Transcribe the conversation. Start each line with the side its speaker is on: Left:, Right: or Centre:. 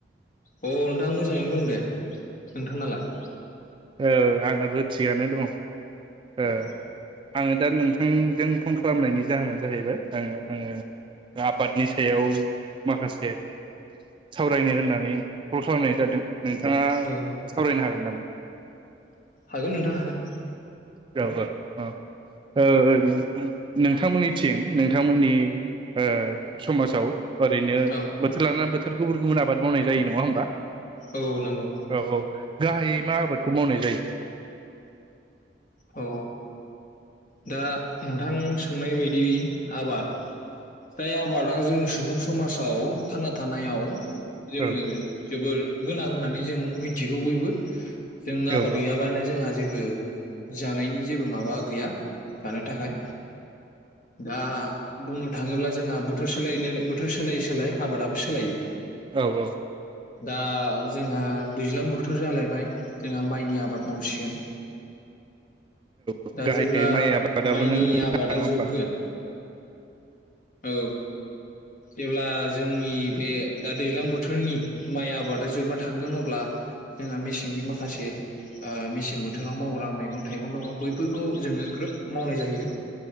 Left: अ नोंथां मोजाङैनो दं दे नोंथांनालाय?
Right: औ आंनाबो थिगानो दङ'।
Left: औ
Right: ओ आङो दा नोंथांजों फन खालामनायनि जाहोना जाहैबाय ओ आङो आबादनि सायाव माखासे सावरायनो होननानै कल खालामनाय जादों नोंथाङा
Left: औ
Right: सावरायनो हागोन नामा
Left: हागोन नोंथा हागोन।
Right: <unintelligible> <unintelligible> उम नोंथांमोननिथिं नोंथांमोननि ओ समाजाव ओरैनो
Left: औ
Right: बोथोर लाना बोथोर थोर गुबुन गुबुन आबाद मावनाय जायो नङा होमबा
Left: औ नंगौ।
Right: औ औ गाहायै मा आबादखौ मावनाय जायो?
Left: अ दा नोंथां सोंनाय बायदि आबाद जाय आबादा जों सुबुं समाजाव थांना थानायाव जोंनो
Right: औ
Left: जोबोर गोनां होननानै जों मिथिगौ बयबो जों
Right: औ
Left: आबाद गैयाबानो जोंहा जेबो बो जानायनि जेबो माबा गैया जानो थाखाय दा बुंनो थाङोब्ला जोंहा बोथोर सोलायै बोथोर सोलायै सोलायै आबादाबो सोलायो।
Right: औ औ
Left: दा जोंहा दैज्लां बोथोर जालायबाय जोंहा माइनि आबाद मावसिगोन।
Right: औ
Left: दा
Right: गाहायै
Left: जेब्ला
Right: माइ आबादाबो
Left: माइनि
Right: नों नङा
Left: आबादा
Right: होमबा
Left: जोबगोन। औ जेब्ला जोंनि बे दा दैज्लां बोथोरनि माइ आबादा जोबना थांगोन अब्ला जोंहा मेसेंनि माखासे ओ मेसें बोथोराव माव मैगं थाइगं दङ बैफोरखौ जोङो ग्रोब मावनाय जाहैयो।